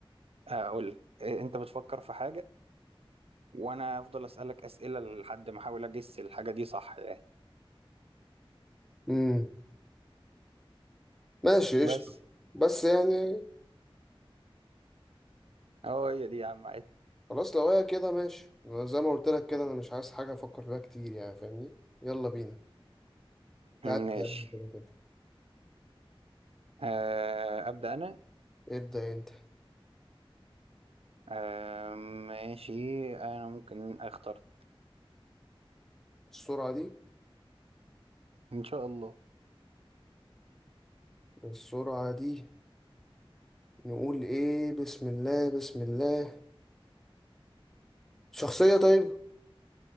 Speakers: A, on the right; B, in the centre.
A: اقول لك آه، انت بتفكر في حاجه وانا افضل اسالك اسئله لحد ما احاول اجس الحاجه دي صح يعني
B: امم ماشي قشطة
A: بس
B: بس يعني
A: اه هي دي يا عم عادي
B: خلاص لو هي كده ماشي أنا زي ما قلت لك كده انا مش عايز حاجة افكر فيها كتير يعني فاهمني يلا بينا تعال
A: ماشي
B: تعال انت بقى كده.
A: آه ابدا انا
B: ابدأ انت
A: آه ماشي انا ممكن اختار
B: السرعة دي
A: ان شاء الله
B: السرعة دي نقول ايه بسم الله بسم الله شخصية طيب